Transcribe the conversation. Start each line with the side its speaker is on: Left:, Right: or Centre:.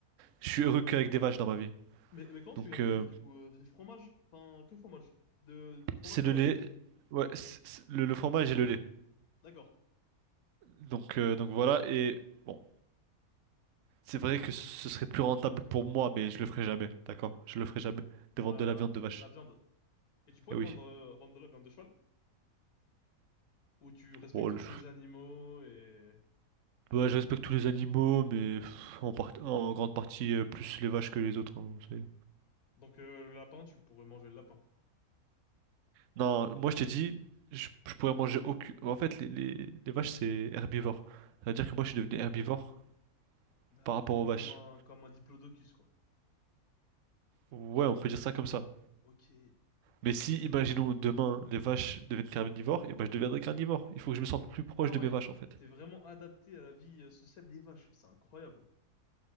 Right: Je suis heureux qu'avec des vaches dans ma vie.
Left: Mais, mais comment
Right: Donc,
Left: tu gagnes
Right: euh,
Left: ta vie du coup? euh, C'est fromage? Enfin, que fromage? De fromage
Right: C'est
Left: de
Right: le
Left: vache.
Right: lait. Ouais, c'est- c'est- le, le fromage et le lait.
Left: D'accord.
Right: Donc, euh, donc voilà. Et bon, c'est vrai que ce serait plus rentable pour moi, mais je le ferai jamais. D'accord? Je le ferai jamais.
Left: Pour
Right: De vendre
Left: la
Right: de la viande de vache.
Left: la viande. Et tu pourrais
Right: Eh oui.
Left: vendre euh, vendre de la viande de cheval? Où tu respectes
Right: Bon, le-
Left: tous les animaux et
Right: bah, je respecte tous les animaux, mais pff, en, part- en grande partie euh, plus les vaches que les autres. hein, c'est-
Left: donc euh, le lapin, tu pourrais manger le lapin.
Right: Non, moi je t'ai dit, je, je pourrais manger aucune. En fait, les, les, les vaches c'est herbivore. Ça veut dire que moi je suis devenu
Left: Mhm.
Right: herbivore
Left: D'accord.
Right: par rapport aux
Left: Comme
Right: vaches.
Left: un comme un diplodocus quoi.
Right: Ouais, on peut dire ça comme ça.
Left: Ok.
Right: Mais si, imaginons, demain, les vaches deviennent carnivores, et ben je deviendrai carnivore. Il faut que je me sente plus proche
Left: Ah
Right: de
Left: ouais,
Right: mes vaches, en fait.
Left: t'es vraiment adapté à la vie euh, sociale des vaches, c'est incroyable.